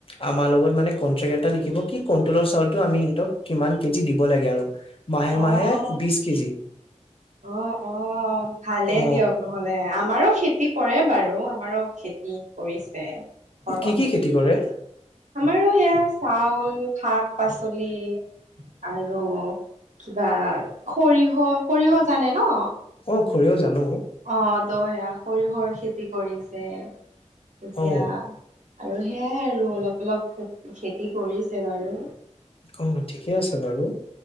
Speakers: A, on the left (about 50°); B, on the right (about 80°).
A: আমাৰ লগত মানে কনট্ৰেক এটা লিখিব কি কণ্টোলৰ চাউলটো আমি সিহিতক কিমান কেজি দিব লাগে আৰু। মাহে,
B: অ
A: মাহে বিছ কেজি।
B: অ', অ', ভালেই
A: অ
B: দিয়ক নহ'লে আমাৰো খেতি কৰে বাৰু, আমাৰো খেতি কৰিছে। ঘৰত
A: কি, কি খেতি কৰে?
B: আমাৰো সেয়া চাউল শাক পাচলি। আৰু কিবা খৰিয়হ, খৰিয়হ জানে ন?
A: অ', খৰিয়হ জানো।
B: অ', ত' সেয়া সৰিয়হৰ খেতি কৰিছে, এতিয়া
A: অ
B: আৰু সেয়াই আৰু অলপ, অলপ খে-খেতি কৰিছে বাৰু।
A: অ', ঠিকে আছে বাৰু